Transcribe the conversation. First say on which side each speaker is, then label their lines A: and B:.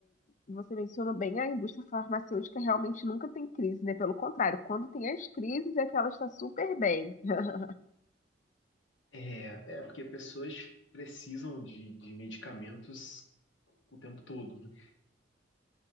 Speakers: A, on the left; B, on the left.
A: você mencionou bem, a indústria farmacêutica realmente nunca tem crise, né? Pelo contrário, quando tem as crises é que ela está super bem. <laughs>
B: É, é porque pessoas precisam de, de medicamentos o tempo todo, né?